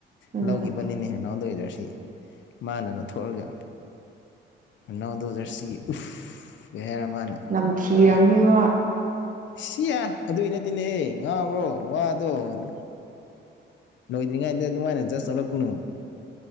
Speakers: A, on the right (about 40°); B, on the left (about 65°).
A: ꯎꯝ
B: ꯂꯧꯒꯤꯕꯅꯤꯅꯦ ꯔꯣꯅꯥꯜꯗꯣꯒꯤ ꯖ꯭ꯔ ꯁꯤ ꯃꯥꯅ ꯂꯧꯊꯣꯛꯂꯒ ꯔꯣꯅꯥꯜꯗꯣ ꯖ꯭ꯔꯁꯤ ꯎꯞꯐꯐ ꯍꯥꯏꯔꯒ ꯃꯥꯅ
A: ꯅꯝꯊꯤꯔꯝꯅꯤ
B: ꯄꯨꯔꯥ
A: ꯍꯣꯏ
B: ꯁꯤꯌꯥ ꯑꯗꯨꯏ ꯅꯠꯇꯦꯅꯦꯍꯦ ꯉꯥꯎꯕ꯭ꯔꯣ ꯋꯥꯗꯣ ꯎꯝ ꯂꯣꯏꯗ꯭ꯔꯤꯉꯩꯗ ꯑꯗꯨꯃꯥꯏꯅ ꯖ꯭ꯁ ꯇꯧꯔꯛꯀꯅꯨ